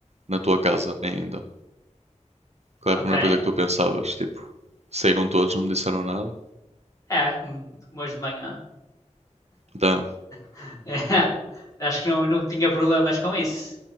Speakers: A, on the right (about 60°); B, on the left (about 30°).
A: na tua casa ainda. Claro,
B: Ok.
A: a primeira coisa que tu pensavas, tipo, saíram todos, não me disseram nada.
B: É, como hoje de manhã.
A: Então,
B: <laughs> É. Acho que não, não tinha problemas com isso.